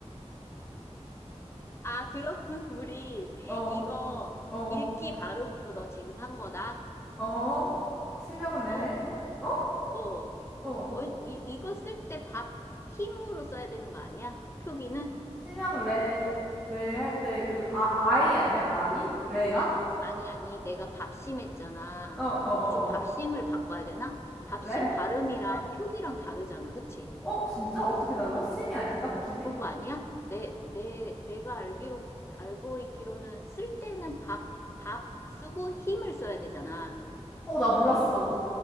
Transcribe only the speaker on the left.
아, 그럼 <laughs> 우리
이거
읽기 발음으로 너 지금 한 거다?
어?
어.
원, 이, 이거 쓸 때 밥, 힘으로 써야 되는 거 아니야? 표기는?
아니, 아니, 내가 밥심했잖아.
그럼
좀 밥심을
바꿔야 되나? 밥심
발음이랑 표기랑 다르잖아, 그치?
그런 거 아니야? 내, 내, 내가 알기로, 알고 있기로는 쓸 때는 밥, 밥 쓰고 힘을 써야 되잖아.